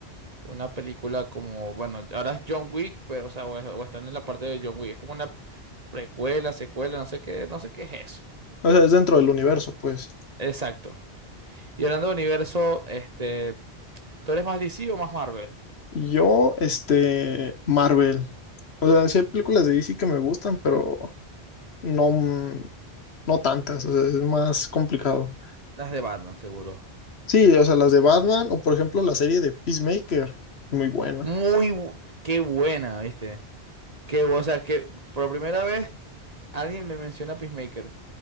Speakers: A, on the right; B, on the left.
A: una película como, bueno, ahora es John Wick, pero, o sea, o, es- o están en la parte de John Wick. Es como una precuela, secuela, no sé qué, no sé qué es eso.
B: O sea, es dentro del universo, pues.
A: Exacto. Y hablando de universo, este, ¿tú eres más DC o más Marvel?
B: Yo, este, Marvel. O sea, sí hay películas de DC que me gustan, pero no, mm, no tantas, o sea, es más complicado.
A: Las de Batman, seguro.
B: Sí, o sea, las de Batman o por ejemplo la serie de Peacemaker, muy buena.
A: Muy, bu- qué buena, ¿viste? Qué, bu- o sea, que por primera vez alguien me menciona Peacemaker. O